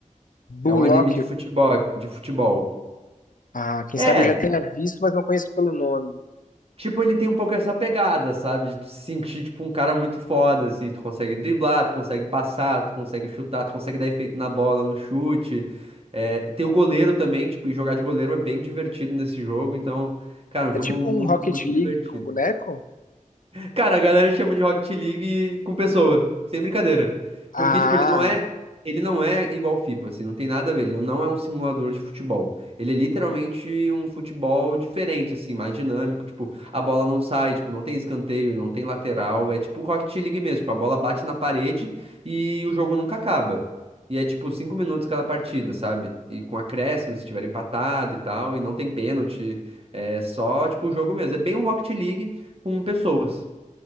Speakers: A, on the left (about 80°); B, on the right (about 45°).
A: Bullock.
B: É um anime de futebol, de futebol.
A: Ah, quem
B: É,
A: sabe eu já tenha visto, mas não conheço pelo nome.
B: Tipo, ele tem um pouco essa pegada, sabe? De tu se sentir, tipo, um cara muito foda, assim. Tu consegue driblar, tu consegue passar, tu consegue chutar, tu consegue dar efeito na bola, no chute. É, tem o goleiro também, tipo, e jogar de goleiro é bem divertido nesse jogo. Então, cara, um
A: É
B: jogo
A: tipo
B: muito,
A: um Rocket
B: muito
A: League
B: divertido.
A: com boneco?
B: Cara, a galera chama de Rocket League com pessoa, sem brincadeira.
A: Ah,
B: Porque, tipo, ele não é, ele não é igual ao FIFA, assim, não tem nada a ver. Ele não é um simulador de futebol. Ele é literalmente um futebol diferente, assim, mais dinâmico. Tipo, a bola não sai, tipo, não tem escanteio, não tem lateral. É tipo Rocket League mesmo, tipo, a bola bate na parede e o jogo nunca acaba. E é tipo cinco minutos cada partida, sabe? E com acréscimo, se tiver empatado e tal, e não tem pênalti. É só, tipo, o jogo mesmo. É bem um Rocket League com pessoas.